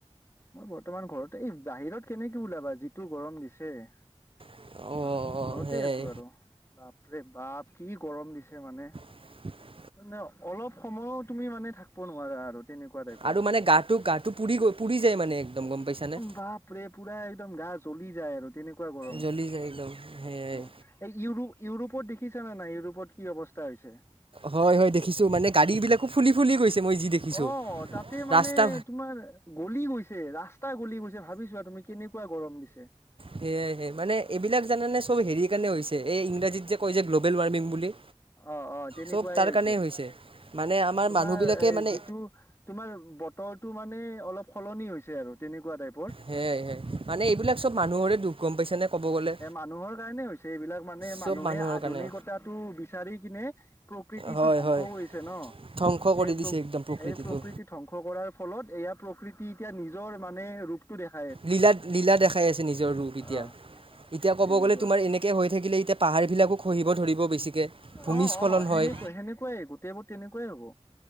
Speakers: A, on the left; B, on the right.
A: মই বৰ্তমান ঘৰতে। এই বাহিৰত কেনেকে ওলাবা যিটো গৰম দিছে। মই
B: অ', অ',
A: মানে ঘৰতে
B: সেয়াই
A: আছো আৰু বাপৰে-বাপ কি গৰম দিছে মানে
B: উ <inaudible>
A: ন অলপ সময়ো তুমি মানে থাকিব নোৱাৰা আৰু তেনেকুৱা টাইপৰ
B: আৰু মানে গাটো গাটো পুৰি গ'ল, পুৰি যায়, মানে একদম গম পাইছা নে।
A: বাপৰে পুৰা একদম গা চলি যায় আৰু তেনেকুৱা গৰম
B: জ্বলি যায় একদম সেয়াই।
A: অ এই ইউৰোপ ইউৰোপত দেখিছানে নাই ইউৰোপত, কি অৱস্থা হৈছে,
B: হয় হয় দেখিছো মানে গাড়ী বিলাকো ফুলি ফুলি গৈছে, মই যি দেখিছোঁ।
A: অ তাতে মানে
B: ৰাস্তা
A: তোমাৰ গলি গৈছে ৰাস্তা গলি গৈছে ভাবিছোৱা তুমি, কি কেনেকুৱা গৰম দিছে।
B: সেয়াইে সে মানে এইবিলাক জানে চব হেৰি কাৰণে হৈছে এই ইংৰাজীত যে কৈ যে গ্ল'বেল ৱাৰ্মিং বুলি।
A: অ অ তেনেকুৱাই
B: চব তাৰ
A: হৈছে
B: কাৰণেই মানে আমাৰ
A: তোমাৰ
B: মানুহবিলাকে
A: এই
B: মানে
A: যিটো তোমাৰ বতৰ টো মানে অলপ সলনি হৈছে আৰু তেনেকুৱা টাইপ
B: সেয়াই সেয়াই মানে এইবিলাক চব মানুহৰে দুখ গম পাইছেনে ক'ব গ'লে
A: মানুহৰ কাৰণে হৈছে। মানে
B: চব
A: মানুহে
B: মানুহৰ
A: আধুনিকতাটো
B: কাৰণে
A: বিচাৰি কিনে প্ৰকৃতিটো
B: হয়
A: ধ্বংস
B: হয়
A: কৰিছে ন
B: ধ্বংস কৰি
A: এই প্ৰ
B: দিছে একদম প্ৰকৃতিটো
A: এই প্ৰকৃতি ধ্বংস কৰাৰ, ফলত এয়া প্ৰকৃতি এতিয়া নিজ মানে ৰূপটো দেখা।
B: লীলা লীলা দেখাই আছে নিজৰ ৰূপ এতিয়া
A: অ'
B: এতিয়া ক'ব
A: তেনেকুৱা
B: গ'লে তোমাৰ এনেকে হৈ থাকিলে এতিয়া পাহাৰ বিলাকো খহিব ধৰিব। বেছিকৈ ভূমিস্খলন
A: অ অ সেনেকুৱা
B: হয়
A: সেনেকুৱাই গোটেইবোৰ তেনেকুৱাই হ'ব।